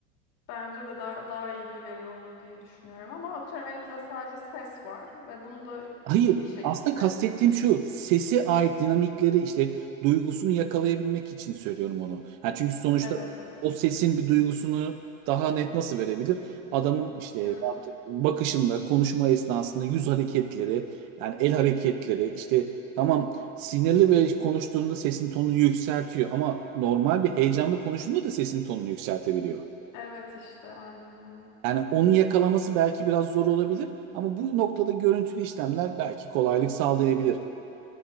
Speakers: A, on the left (about 60°); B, on the right (about 50°).
A: Bence de daha, daha iyi bir veri olur diye düşünüyorum ama atıyorum elimizde sadece ses var ve bunu da
B: Hayır,
A: iyi bir şekilde.
B: aslında kastettiğim şu, sese ait dinamikleri işte duygusunu yakalayabilmek için söylüyorum onu. Ha, çünkü sonuçta
A: Evet evet.
B: o sesin bir duygusunu daha net nasıl verebilir? Adamın işte
A: Görüntü.
B: bakışında, konuşma esnasında yüz hareketleri, yani el hareketleri, işte tamam sinirli ve konuştuğunda sesin tonunu yükseltiyor ama normal bir heyecanlı konuştuğunda da sesin tonunu yükseltebiliyor.
A: Evet işte aynen öyle.
B: Yani onu yakalaması belki biraz zor olabilir ama bu noktada görüntülü işlemler belki kolaylık sağlayabilir.